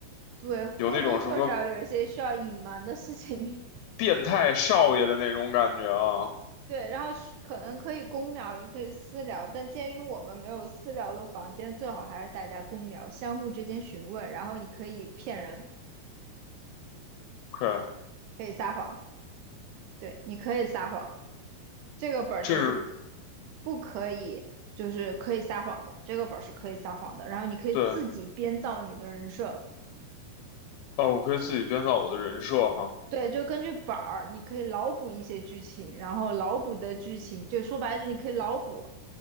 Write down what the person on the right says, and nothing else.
对，或多或少有一些需要隐瞒的事情，
<laughs> 对，然后是可能可以公聊，也可以私聊，但鉴于我们没有私聊的房间，最好还是大家公聊，相互之间询问，然后你可以骗人，
可以撒谎，对，你可以撒谎，这个本儿就是
不可以，就是可以撒谎的，这个本儿是可以撒谎的，然后你可以自己编造你的人设。
对，就根据本儿，你可以脑补一些剧情，然后脑补的剧情，就说白了，你可以脑补，